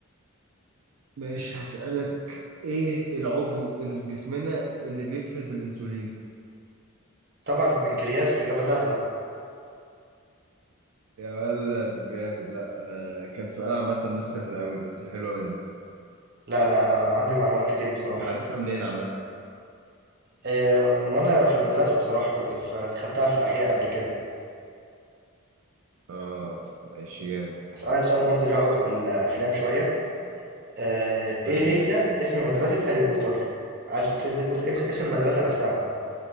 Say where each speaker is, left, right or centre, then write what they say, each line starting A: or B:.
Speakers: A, on the right; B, on the right.
A: ماشي هسألك ايه العضو الجسمنا اللي بيفرز الانسولين
B: طبعا البنكرياس اجابه سهله
A: يا ولد جامد لا انا كان سؤال عامة مش سهل قوي بس حلوة منه
B: لا لا انا عندي معلومات كتير بصراحه
A: انت عارفها منين عامة
B: إيه، من وانا في المدرسه بصراحه كنت في خدتها في الاحياء قبل كده
A: اه ماشي جامد
B: اسالك سؤال برضو ليه علاقه بالافلام شويه آه، ايه
A: ماشي
B: هي اسم مدرسه هاري بوتر عارف سلسله هاري بوتر إيه اسم المدرسه نفسها